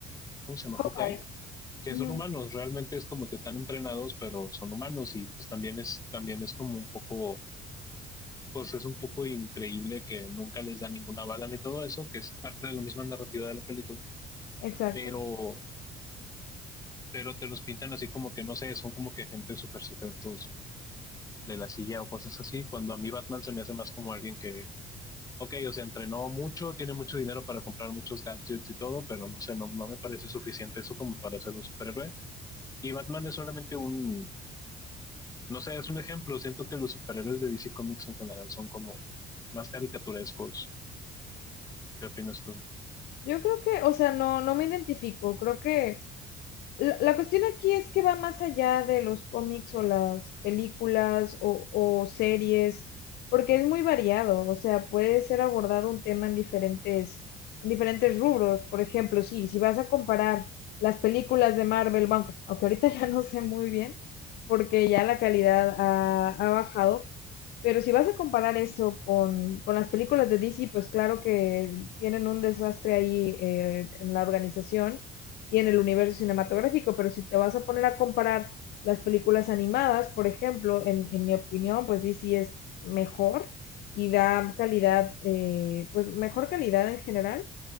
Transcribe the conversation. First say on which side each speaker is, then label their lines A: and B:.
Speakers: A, on the left (about 20°); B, on the left (about 70°).
A: ¿cómo se llama? Hawkeye,
B: Ok.
A: que
B: Ujú,
A: son humanos, realmente es como que están entrenados, pero son humanos, y pues también es, también es como un poco pues es un poco increíble que nunca les da ninguna bala ni todo eso, que es parte de la misma narrativa de la película
B: exacto.
A: pero, pero te los pintan así como que no sé, son como que agentes súper secretos de la silla o cosas así, cuando a mí Batman se me hace más como alguien que, ok, o sea, entrenó mucho, tiene mucho dinero para comprar muchos gadgets y todo, pero no sé, no, no me parece suficiente eso como para ser un superhéroe. Y Batman es solamente un, no sé, es un ejemplo, siento que los superhéroes de DC Comics en general son como más caricaturescos. ¿Qué opinas tú?
B: Yo creo que, o sea, no, no me identifico, creo que La, la cuestión aquí es que va más allá de los cómics o las películas o, o series, porque es muy variado, o sea, puede ser abordado un tema en diferentes, en diferentes rubros. Por ejemplo, sí, si vas a comparar las películas de Marvel, bueno, aunque ahorita <laughs> ya no sé muy bien, porque ya la calidad ha, ha bajado, pero si vas a comparar eso con, con las películas de DC, pues claro que tienen un desastre ahí eh, en la organización y en el universo cinematográfico, pero si te vas a poner a comparar las películas animadas, por ejemplo, en, en mi opinión, pues DC es mejor y da calidad, eh, pues mejor calidad en general